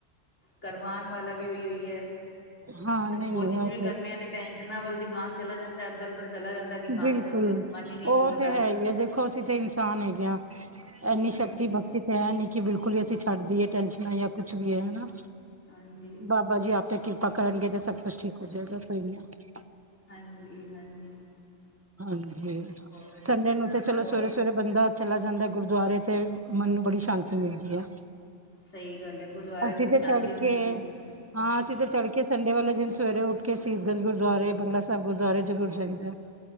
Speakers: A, on the left; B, on the right.
A: ਕਰਵਾਣ ਵਾਲਾ ਵੀ ਉਹੀ ਹੀ ਹੈ
B: ਹਾਂ ਨਹੀਂ
A: ਅਸੀਂ ਕੋਸ਼ਿਸ਼
B: ਨਹੀਂ ਉਹ
A: ਵੀ ਕਰਨੇ ਆ ਤੇ ਟੈਨਸ਼ਨਾਂ ਵੱਲ ਦਿਮਾਗ ਚਲਾ ਜਾਂਦਾ ਇਧਰ ਉੱਧਰ ਚਲਾ ਜਾਂਦਾ ਦਿਮਾਗ
B: ਬਿਲਕੁਲ
A: ਪਰ ਉਹਦੇ
B: ਉਹ
A: ਮਨ ਹੀ ਨਹੀਂ ਜੁੜਦਾ
B: ਤੇ ਹੈ ਹੀ ਏ ਦੇਖੋ ਤੇ ਇਨਸਾਨ ਹੈਗੇ ਆ ਇੰਨੀ
A: ਹਾਂਜੀ
B: ਸ਼ਕਤੀ ਬਕਤੀ ਤੇ ਹੈ ਨੀਂ ਕਿ ਬਿਲਕੁਲ ਹੀ ਅਸੀਂ ਛੱਡ ਦੀਏ ਟੈਨਸ਼ਨਾਂ ਜਾਂ ਕੁਛ ਵੀ ਏ ਹਨਾ
A: ਹਾਂਜੀ
B: ਬਾਬਾ ਜੀ ਆਪੇ ਕਿਰਪਾ ਪਾ ਕਰਨਗੇ ਤੇ ਸਭ ਕੁਛ ਠੀਕ ਹੋ ਜੇਗਾ ਕੋਈ ਨੀ ਆ
A: ਹਾਂਜੀ, ਹਾਂਜੀ
B: ਹਾਂਜੀ
A: ਹੋਰ
B: ਸੰਡੇ ਨੂੰ ਤੇ ਚਲੋ
A: ਹੋਰ
B: ਸਵੇਰੇ-ਸਵੇਰੇ ਬੰਦਾ ਚਲਾ ਜਾਂਦਾ ਗੁਰਦੁਆਰੇ ਤੇ ਮਨ ਨੂੰ ਬੜੀ ਸ਼ਾਂਤੀ ਮਿਲਦੀ ਐ
A: ਸਹੀ ਗੱਲ ਹੈ ਗੁਰਦੁਆਰੇ
B: ਅਸੀਂ
A: ਤੋਂ
B: ਤੇ
A: ਸ਼ਾਂਤੀ
B: ਤੜਕੇ
A: ਮਿਲਦੀ ਹੈ
B: ਹਾਂ ਅਸੀਂ ਤੇ ਤੜਕੇ ਸੰਡੇ ਵਾਲੇ ਦਿਨ ਸ ਸਵੇਰੇ ਉੱਠ ਕੇ ਸੀਸਗੰਜ ਗੁਰਦੁਆਰੇ, ਬੰਗਲਾ ਸਾਹਿਬ ਗੁਰਦੁਆਰੇ ਜ਼ਰੂਰ ਜਾਈਦੇ